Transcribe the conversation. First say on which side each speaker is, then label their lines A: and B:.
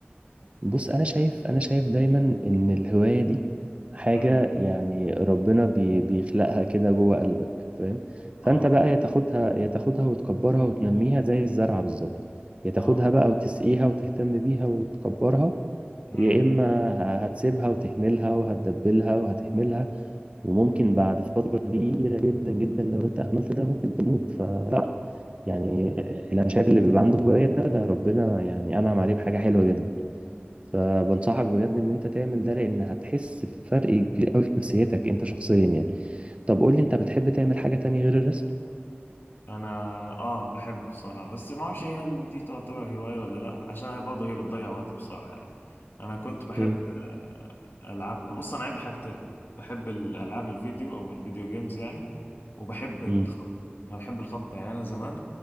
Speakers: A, on the right (about 30°); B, on the left (about 60°).
A: بص انا شايف انا شايف دايما ان الهوايه دي حاجه
B: امم
A: يعني ربنا بي بيخلقها كده جوه قلبك فاهم
B: اه
A: فانت بقى يا تاخدها يا تاخدها وتكبرها وتنميها زي الزرعه بالظبط يا تاخدها
B: اه
A: بقى وتسقيها وتهتم بيها وتكبرها
B: امم
A: يا اما ه- هتسيبها وتهملها وهتدبلها وهتهملها وممكن بعد فتره كبيره جدا جدا لو انت اهملت ده ممكن تموت فلا يعني اللي انا شايف اللي بيبقى عنده هوايه ده ده ربنا يعني انعم عليه بحاجه حلوه جدا فبنصحك بجد ان انت تعمل ده لان هتحس بفرق كبير قوي في نفسيتك انت شخصيا يعني طب قول لي انت بتحب تعمل حاجة تانية غير الرسم
B: انا اه بحب بصراحه بس ما اعرفش هل دي تعتبر هوايه ولا لا عشان هي برضه هي بتضيع وقت بصراحه يعني انا كنت بحب
A: ايه
B: آه، العاب بص انا عندي حاجتين بحب الالعاب الفيديو او الفيديو جيمز يعني وبحب الخط
A: امم
B: انا بحب الخط يعني انا زمان